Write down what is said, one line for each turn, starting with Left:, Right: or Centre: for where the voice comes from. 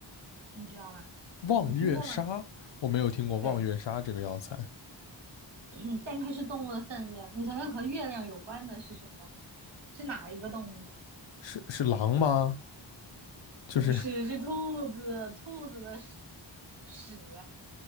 Right: 你知道吗？
Left: 望月沙，
Right: 你听过吗？
Left: 我没有听过望月沙这个药材，
Right: 对，<clears throat> 嗯但它是动物的粪便，你想想和月亮有关的是什么东西？是哪一个动物？
Left: 是是狼吗？
Right: 不是，
Left: 就是 <laughs>
Right: 是兔子，兔子的屎，屎，